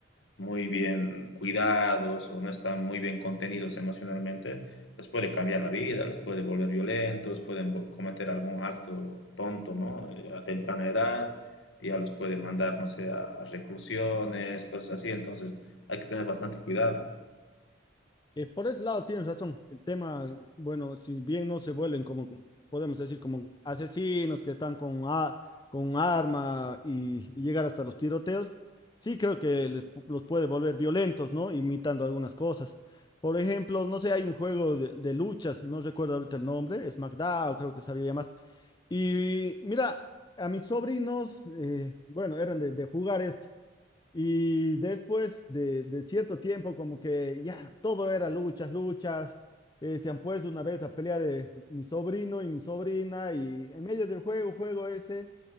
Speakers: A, on the left; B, on the left.
A: muy bien cuidados o no están muy bien contenidos emocionalmente, les puede cambiar la vida, les puede volver violentos, pueden vol- cometer algún acto tonto, ¿no? Eh, A temprana edad, ya los puede mandar, no sé, a a reclusiones y cosas así, entonces hay que tener bastante cuidado.
B: Eh, por ese lado tienes razón. El tema, bueno, si bien no se vuelven como, podemos decir, como asesinos que están con, a- con arma y, y llegar hasta los tiroteos, sí creo que les pu- los puede volver violentos, ¿no? Imitando algunas cosas. Por ejemplo, no sé, hay un juego de, de luchas, no recuerdo ahorita el nombre, es SmackDown, creo que sabía llamar. Y mira, a mis sobrinos, eh, bueno, eran de, de jugar esto. Y después de, de cierto tiempo, como que ya todo era luchas, luchas. eh, se han puesto una vez a pelear de mi sobrino y mi sobrina, y en medio del juego, juego ese,